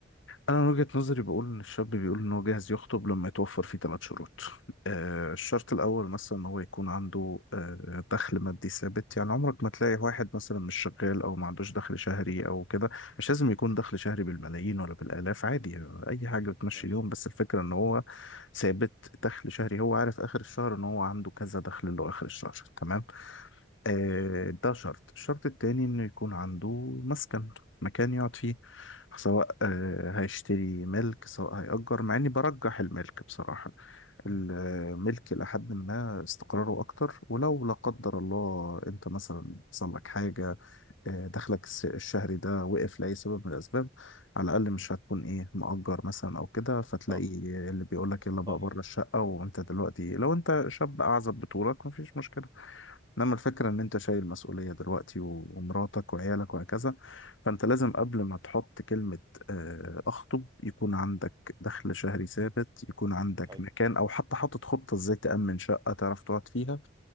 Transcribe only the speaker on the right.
ماشي
ماشي
صح
صح
حلو